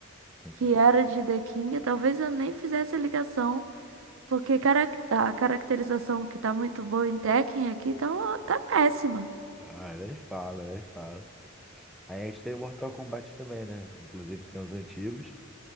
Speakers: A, in the centre; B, on the right (about 70°).
A: <laughs>
B: que era de The King, talvez eu nem fizesse a ligação, porque cara- a caracterização que tá muito boa em Tekken aqui tá, uma- tá péssima.
A: Ah, nem fala, nem fala. Aí a gente tem o Mortal Kombat também, né? Inclusive tem os antigos,